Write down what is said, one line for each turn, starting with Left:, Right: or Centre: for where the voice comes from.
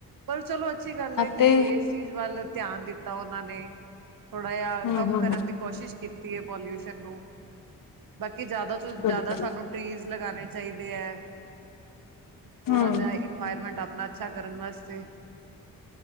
Right: ਪਰ ਚਲੋ ਅੱਛੀ ਗੱਲ ਐ ਕਿ
Left: ਤੇ
Right: ਇਸ ਚੀਜ਼ ਵੱਲ ਧਿਆਨ ਦਿੱਤਾ ਓਨਾਂ ਨੇ। ਥੋੜ੍ਹਾ ਜਾ
Left: ਹੂੰ
Right: ਕਮ
Left: ਹੂੰ
Right: ਕਰਨ ਦੀ ਕੋਸ਼ਿਸ਼ ਕੀਤ ਤੀ ਏ ਪੋਲਿਊਸ਼ਨ ਨੂੰ, ਬਾਕੀ ਜ਼ਿਆਦਾ ਤੋਂ ਜ਼ਿਆਦਾ
Left: ਬਿਲਕੁਲ
Right: ਸਾਨੂੰ ਟ੍ਰੀਜ਼ ਲਗਾਨੇ ਚਾਈਦੇ ਐ ਥੋੜ੍ਹਾ
Left: ਹੂੰ
Right: ਜਾ ਇਨਵਾਇਰਮੈਂਟ ਅਪਨਾ ਅੱਛਾ ਕਰਨ ਵਾਸਤੇ।